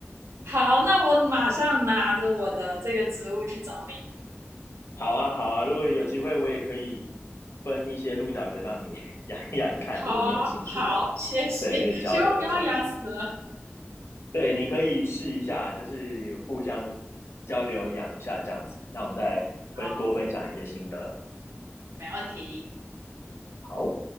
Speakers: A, on the right (about 75°); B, on the left (about 65°).
A: 好，那我马上拿着我的这个植物去找你。
B: 好啊，好啊，如果有机会，我也可以分一些鹿角蕨让你 <laughs> 养一养看，
A: 好啊，
B: 如果你有兴趣的话，
A: 好，谢谢，
B: 对，可以交流一下。
A: 希望不要养死了。
B: 对，你可以试一下，就是互相交流养一下这样子。那我们再分多分享一些心得。
A: 好，没问题。
B: 好。